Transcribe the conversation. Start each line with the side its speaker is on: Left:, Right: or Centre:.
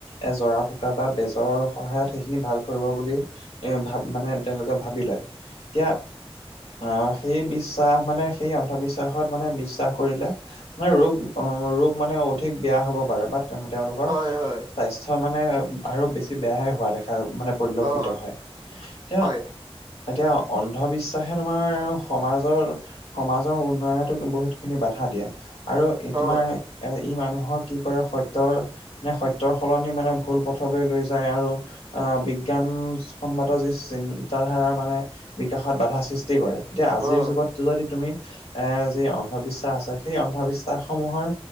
Left: এ জৰা ফুকা বা বেজৰ সহায়ত সেইখিনি ভাল কৰিব বুলি। এ ভাব মানে তেওঁলোকে ভাবি লয় এতিয়া। অ সেই বিশ্বাস মানে সেই অন্ধবিশ্বাসত মানে বিশ্বাস কৰিলে। ন ৰোগ ৰোগ মানে অধিক বেয়া হ'ব পাৰে বাট। তে তেওঁলোকৰ
Right: হয়, হয়,
Left: স্বাস্থ্য মানে আৰু বেছি বেয়াহে হোৱা দেখা মানে পৰিলক্ষিত
Right: অ',
Left: হয়, এতিয়া
Right: হয়,
Left: এতিয়া অন নভাবিশ্বাসে তোমাৰ সমাজৰ সমাজৰ উন্নয়নতোক বহুত খিনি বাধা দিয়ে। আৰু এ তোমাৰ
Right: অ',
Left: ই মানুহক কি কৰে সত্যৰ মানে সত্যৰ সলনি মানে ভুল পথলৈ লৈ যায় আৰু অ' বিজ্ঞানসন্মত যি চিন্তা ধাৰা মানে বিকাশত বাধা সৃষ্টি কৰে। এতিয়া আজিৰ
Right: অ',
Left: যুগত যদি তুমি এ যি অন্ধবিশ্বাস আছে সেই অন্ধবিশ্বাস সমূহৰ